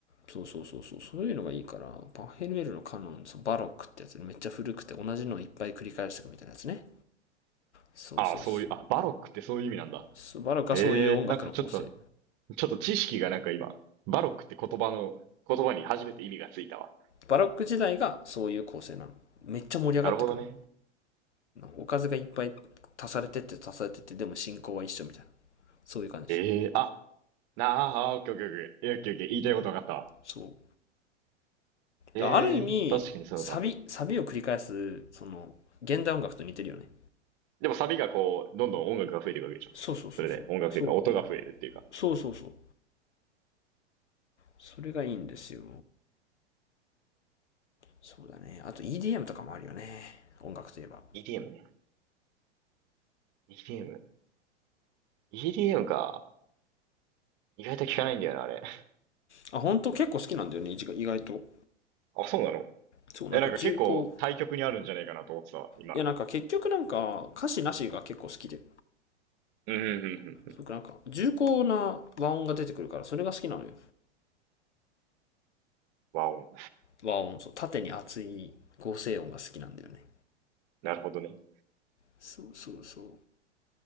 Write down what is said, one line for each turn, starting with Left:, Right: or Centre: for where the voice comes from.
Left: そうそうそうそう、そういうのがいいから、パヘルエルのカノン、そうバロックってやつでめっちゃ古くて同じのをいっぱい繰り返していくみたいなやつね。そうそうそう。
Right: ああ、そういう、あ、バロックってそういう意味なんだ。
Left: そうバロックはそういう音楽の構成。
Right: ええなんかちょっとちょっと知識がなんか今、バロックって言葉の、言葉に初めて意味がついたわ。
Left: バロック時代がそういう構成なの。めっちゃ盛り上がってくの。
Right: なるほどね。
Left: おかずがいっぱい足されてって足されてって、でも進行は一緒みたいな。そういう感じ。
Right: ええーあ、なあ、あ、オッケーオッケーオッケー。オッケーオッケー。言いたいこと分かったわ。
Left: そう。
Right: ええー確かにそうだ。
Left: ある意味サビサビを繰り返すその現代音楽と似てるよね
Right: でもサビがこう、どんどん音楽が増えていくわけでしょ。
Left: そうそうそうそうそう
Right: それで、音楽というか、音が増えるっていうか。
Left: そうそうそうそれがいいんですよそうだねあと EDM とかもあるよね音楽といえば
Right: EDM ね。EDM。EDM か。意外と聞かないんだよな、あれ。
Left: あ本当結構好きなんだよね意外意外と
Right: あ、そうなの
Left: そうなんか重厚
Right: え、なんか結構対極にあるんじゃないかなと思ってたわ、今。
Left: いやなんか結局なんか歌詞なしが結構好きで
Right: うん、うん、うん、うん。
Left: すごなんか重厚な和音が出てくるからそれが好きなのよ
Right: わお。
Left: 和音そう縦に厚い合成音が好きなんだよね
Right: なるほどね。
Left: そうそうそう